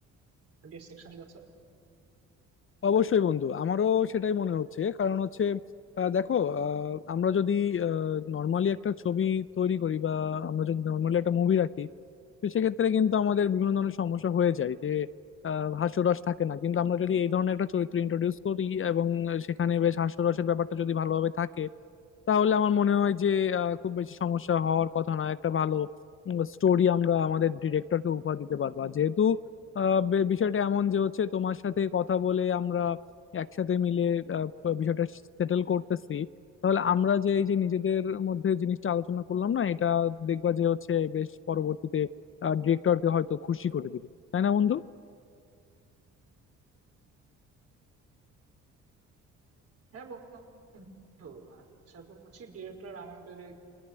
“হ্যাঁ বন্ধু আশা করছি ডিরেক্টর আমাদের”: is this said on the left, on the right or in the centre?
Right